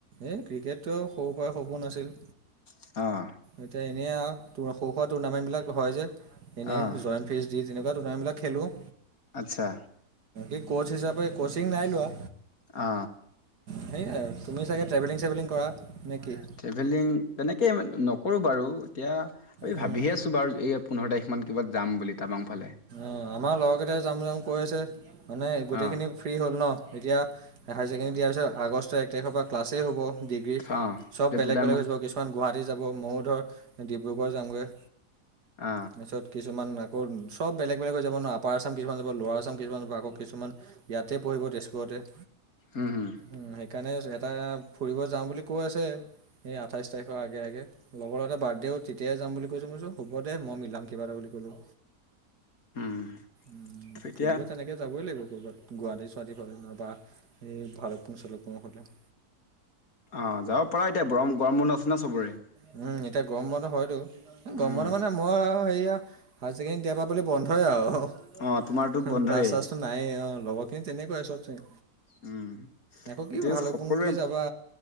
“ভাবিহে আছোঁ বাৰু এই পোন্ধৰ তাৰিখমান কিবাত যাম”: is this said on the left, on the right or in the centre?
Left